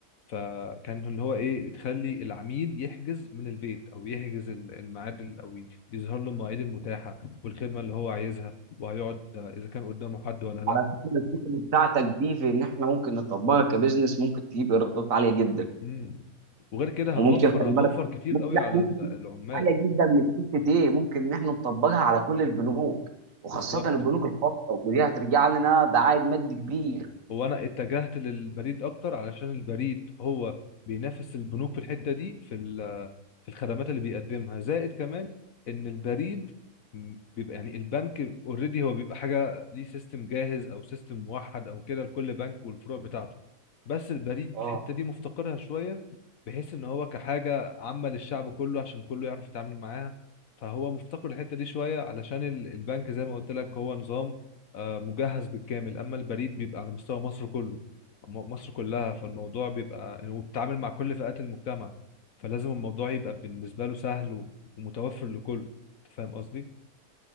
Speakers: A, on the left (about 65°); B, on the right (about 60°).
A: فكان اللي هو ايه بتخلي العميل يحجز من البيت او يحجز ال- الميعاد ال- او يظهر له المواعيد المتاحة والخدمة اللي هو عايزها وهيقعد آه، اذا كان قدامه حد ولا لا
B: على فكرة الفكرة
A: و-
B: بتاعتك دي في ان احنا ممكن نطبقها كبزنس ممكن تجيب ايرادات عالية جدا
A: مم. وغير كده
B: وممكن
A: هتوفر
B: خلي
A: هتوفر
B: بالك
A: كتير
B: ممكن
A: قوي
B: لا
A: على
B: ممكن
A: ال-
B: تجيب
A: العمال
B: عالية جدا من حتة ايه ممكن ان احنا نطبقها على كل البنوك وخاصة
A: بالظبط
B: البنوك الخاصة ودي هترجع لنا ده عائد مادي كبير
A: هو انا اتجهت للبريد اكتر علشان البريد هو بينافس البنوك في الحته دي في في الخدمات اللي بيقدمها زائد كمان ان البريد م- بيبقى يعني البنك اوريدي هو بيبقى حاجه ليه سيستم جاهز او سيستم موحد او كده لكل بنك والفروع بتاعته بس البريد
B: اه
A: الحته دي مفتقرها شويه بحيث ان هو كحاجه عامه للشعب كله عشان كله يعرف يتعامل معاها فهو مفتقر الحته دي شويه علشان ال- البنك زي ما قلت لك هو نظام آه، مجهز بالكامل اما البريد بيبقى على مستوى مصر كله م- مصر كلها فالموضوع بيبقى وبتتعامل مع كل فئات المجتمع فلازم الموضوع يبقى بالنسبة له سهل و- ومتوفر لكله انت فاهم قصدي